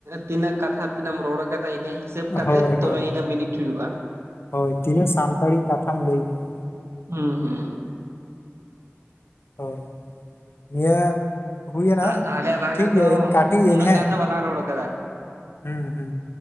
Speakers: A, on the right (about 70°); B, on the left (about 60°).
A: ᱛᱤᱱᱟᱹᱜ ᱠᱟᱛᱷᱟ ᱛᱤᱱᱟᱹᱜ ᱮᱢ ᱨᱚᱲ ᱠᱟᱫᱟ ᱤᱱᱟᱹᱜ ᱦᱤᱥᱟᱹᱵ ᱠᱟᱛᱮᱜ
B: ᱦᱳᱭ
A: ᱛᱚᱵᱮ
B: ᱦᱳᱭ
A: ᱤᱱᱟᱹᱜ ᱵᱤᱱᱤᱰ ᱦᱩᱭᱩᱜ-ᱟ᱾
B: ᱦᱳᱭ ᱛᱤᱱᱟᱹᱜ ᱥᱟᱱᱛᱟᱲᱤ ᱠᱟᱛᱷᱟᱢ ᱞᱟᱹᱭ ᱠᱮ-ᱟ᱾
A: ᱦᱮᱸ ᱦᱮᱸ
B: ᱦᱳᱭ ᱱᱤᱭᱟᱹ ᱦᱩᱭᱮᱱᱟ
A: ᱛᱟᱦᱚᱞᱮ ᱟᱞᱟᱝᱟᱜ
B: ᱴᱷᱤᱠ ᱜᱮᱭᱟ
A: ᱫᱚ
B: ᱤᱧ ᱠᱟᱹᱴᱤᱭᱟᱧ
A: ᱩᱱᱟᱹᱜ
B: ᱦᱮᱸ
A: ᱜᱟᱱ ᱫᱚ ᱵᱟᱞᱟᱝ ᱨᱚᱲ ᱠᱟᱫᱟ᱾
B: ᱦᱩ ᱦᱩ